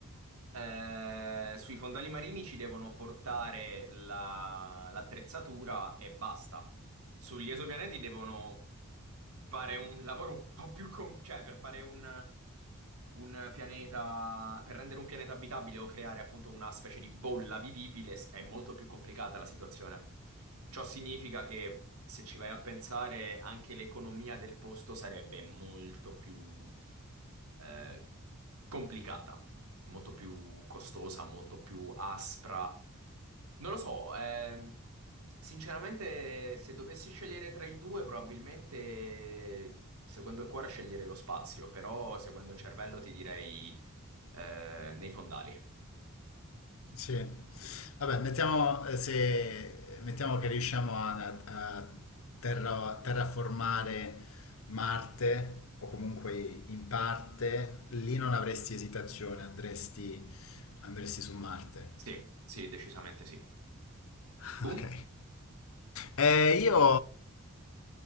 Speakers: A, on the right (about 80°); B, on the left (about 65°).
A: eh, sui fondali marini ci devono portare la- l'attrezzatura e basta. Sugli esopianeti devono fare un lavoro un po' più com- cioè per fare un, un pianeta, per rendere un pianeta abitabile o creare appunto una specie di bolla vivibile s- è molto più complicata la situazione. Ciò significa che se ci vai a pensare, anche l'economia del posto sarebbe molto più eh, complicata molto più costosa, molto più aspra. Non lo so, ehm, sinceramente, se dovessi scegliere tra i due, probabilmente seguendo il cuore sceglierei lo spazio, però seguendo il cervello ti direi eh, nei fondali.
B: Sì, vabbè, mettiamo, eh, se, mettiamo che riusciamo a, a terra- terraformare Marte o comunque in parte, lì non avresti esitazione, andresti, andresti su Marte.
A: Sì, sì, decisamente sì.
B: <laughs>
A: Boom?
B: Ok. Eh, io